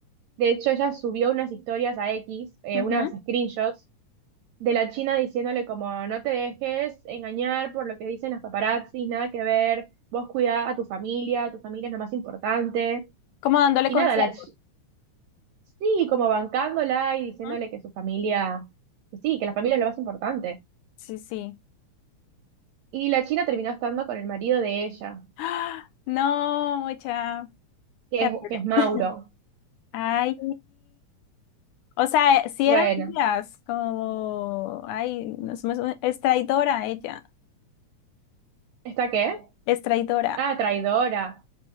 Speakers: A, on the right (about 75°); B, on the left (about 85°).
A: De hecho, ella subió unas historias a X, eh,
B: Ujú.
A: unas screenshots de la China diciéndole como no te dejes engañar por lo que dicen los paparazzis, nada que ver, vos cuidá a tu familia, tu familia es lo más importante.
B: Como dándole
A: Y
B: consejos.
A: nada, la chi- sí, como bancándola y diciéndole
B: Ujú.
A: que su familia, que sí, que la familia es lo más importante.
B: Sí, sí.
A: Y la China terminó estando con el marido de ella,
B: ¡Ah! No, mucha.
A: que
B: Terrible.
A: es, que es Mauro.
B: <laughs> Ay, o sea, si
A: Bueno.
B: eran amigas, como, ay, no somos- es traidora ella,
A: ¿Está qué?
B: es traidora.
A: Ah, traidora.